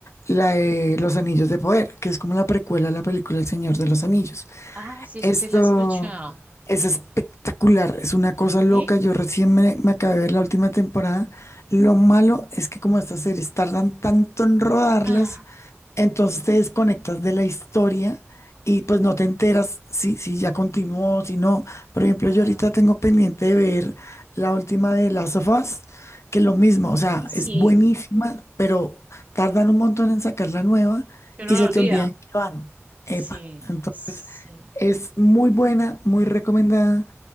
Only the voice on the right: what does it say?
Ah, sí,
esa sí la he escuchado.
¿Sí?
Ah,
ah,
y sí,
que uno
la
olvida.
Sí,
sí.